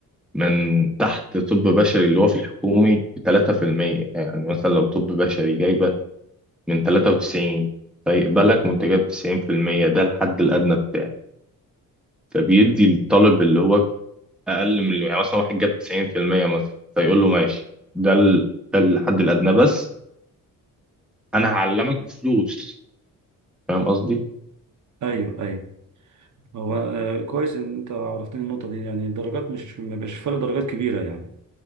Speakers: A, in the centre; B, on the right.
A: من تحت طب بشري اللي هو في الحكومي ب 3% يعني مثلا لو طب بشري جايبة من 93 فيقبلك وانت جايب 90% ده الحد الأدنى بتاعه فبيدي الطالب اللي هو أقل من يعني مثلا واحد جاب 90% مثلا فيقول له ماشي ده ال... ده الحد الأدنى بس انا هعلمك بفلوس فاهم قصدي
B: أيوه أيوه هو آه، كويس إن أنت عرفتني النقطة دي يعني الدرجات مش ما بيبقاش فرق درجات كبيرة يعني